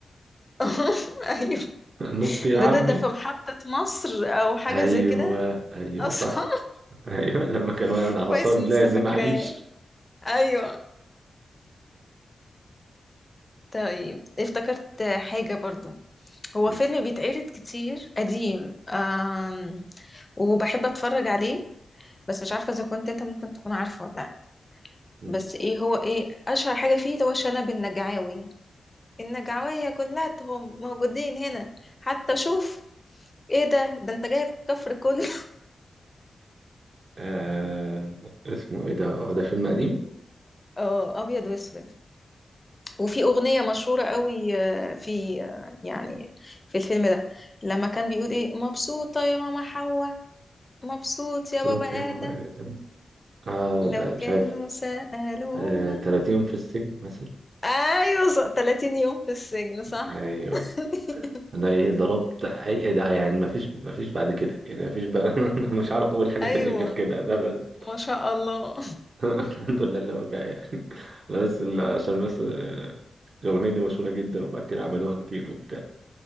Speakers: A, on the left; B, on the right.
A: <laughs> ايوه
B: <laughs> نط يا
A: ده
B: عمي
A: ده ده في محطة مصر او حاجة
B: أيوة
A: زي كده
B: أيوة
A: اصلا
B: صح <laughs> أيوة لما كان واقع
A: <laughs>
B: من على الحصان
A: كويس إني
B: لازم
A: لسه فاكراه
B: أعيش
A: ايوه طيب افتكرت حاجة برضو هو
B: قول.
A: فيلم بيتعرض كتير قديم آم، وبحب اتفرج عليه بس مش عارفة اذا كنت انت ممكن تكون عارفه ولا لا
B: مم.
A: بس ايه هو ايه اشهر حاجة فيه اللي هو شنب النجعاوي النجعوية كلاتهم موجودين هنا حتى شوف ايه ده ده انت جايب الكفر كله
B: آه اسمه ايه ده؟ اه ده فيلم قديم؟
A: <laughs> اه ابيض واسود وفي اغنية مشهورة قوي آه، في آه، يعني في الفيلم ده لما كان بيقول ايه مبسوطة يا ماما حواء مبسوط يا
B: صوت
A: بابا آدم
B: يا بابا آدم اه
A: لو
B: ده
A: كانوا
B: مش عارف
A: سألونا
B: آه 30 يوم في السجن مثلا
A: أيوة ص- 30 يوم في السجن صح
B: ايوه
A: <laughs>
B: انا ايه ضربت اي إيه ده يعني ما فيش ما فيش بعد كده يعني ما فيش بقى <laughs> مش عارف اقول حاجه
A: أيوة
B: تانية غير كده ده بس
A: ما شاء الله
B: <laughs> الحمد لله اللي هو جاي يعني انا بس ال- عشان بس آه، الاغنيه دي مشهوره جدا وبعد كده عملوها كتير وبتاع